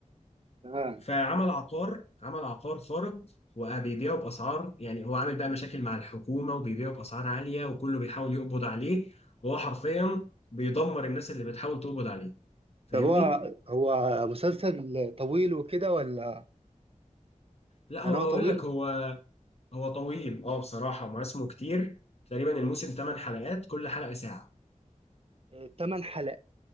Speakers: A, on the right; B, on the left.
A: تمام
B: فعمل عقار عمل عقار خارق وبيبيعه باسعار يعني هو عامل بقى مشاكل مع الحكومه وبيبيعه باسعار عاليه وكله بيحاول يقبض عليه وهو حرفيا بيدمر الناس اللي بتحاول تقبض عليه فاهمني؟
A: طب هو هو مسلسل طويل وكده ولا
B: لا
A: يعني
B: هو
A: هو
B: هقول
A: طويل
B: لك هو هو طويل اه بصراحه مواسمه كتير تقريبا الموسم 8 حلقات كل حلقه ساعه
A: آه، تمن حلقات